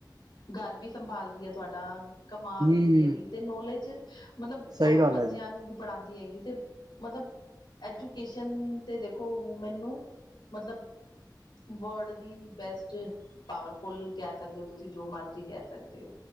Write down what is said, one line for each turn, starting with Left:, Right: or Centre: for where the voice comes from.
Left: ਘਰ ਵੀ ਸੰਭਾਲ ਦੀ ਤੁਹਾਡਾ ਕਮਾ
Right: ਹੂੰ
Left: ਵੀ ਰਹੀ ਹੈਗੀ ਤੇ ਨੌਲੇਜ ਮਤਲਬ
Right: ਸਹੀ
Left: ਰ
Right: ਗੱਲ
Left: ਬੱਚਿਆਂ
Right: ਹੈ ਜੀ
Left: ਨੂੰ ਵੀ ਪੜਾਉਂਦੀ ਹੈਗੀ ਤੇ ਮਤਲਬ ਐਜੂਕੇਸ਼ਨ ਤੇ ਦੇਖੋ ਮੈਨੂੰ ਮਤਲਬ ਵਰਲਡ ਦੀ ਬੈਸਟ ਪਾਵਰਫੁੱਲ ਕਹਿ ਸਕਦੇ ਹੋ ਤੁਸੀਂ ਜੋ ਮਰਜ਼ੀ ਕਹਿ ਸਕਦੇ ਹੋ